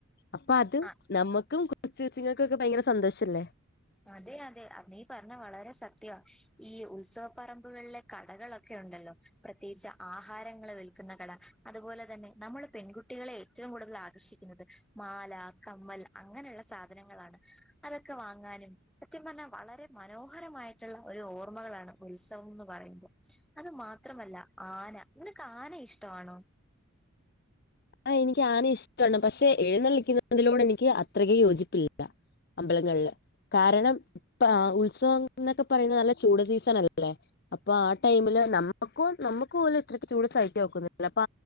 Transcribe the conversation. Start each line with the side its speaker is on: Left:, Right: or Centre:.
Left: അപ്പ അത്
Centre: ആ
Left: നമ്മുക്കും കൊച്ച് കൊച്ചുങ്ങൾക്കൊക്കെ ഭയങ്കര സന്തോഷല്ലേ
Centre: അതെ അതെ അത് നീ പറഞ്ഞ വളരെ സത്യമാ ഈ ഉത്സവപ്പറമ്പുകളിലെ കടകളൊക്കെ ഉണ്ടല്ലോ പ്രത്യേകിച്ച് ആഹാരങ്ങൾ വിൽക്കുന്ന കട. അതുപോലെ തന്നെ നമ്മള് പെൺകുട്ടികളെ ഏറ്റവും കൂടുതൽ ആകർഷിക്കും മാല കമ്മൽ അങ്ങനെയുള്ള സാധനങ്ങളാണ് അതൊക്കെ വാങ്ങാനും സത്യം പറഞ്ഞാ വളരെ മനോഹരമായിട്ടുള്ള ഒരു ഓർമ്മകളാണ് ഉത്സവം എന്ന് പറയുമ്പോൾ അത് മാത്രമല്ല ആന നിനക്ക് ആന ഇഷ്ടമാണോ
Left: ആഹ് എനിക്ക് ആന ഇഷ്ടാണ് പക്ഷെ എഴുന്നള്ളിക്കുന്നതിലൂടെ എനിക്ക് അത്രക യോജിപ്പില്ല അമ്പലങ്ങളില് കാരണം ഇപ്പ ഉത്സവം എന്നൊക്കെ പറയുന്നത് നല്ല ചൂട് സീസൺ അല്ലേ അപ്പൊ ആ ടൈമില് നമ്മുക്കും നമ്മുക്ക് പോലും ഇത്രക്ക് ചൂട് സഹിച്ച നോക്കുന്ന അപ്പ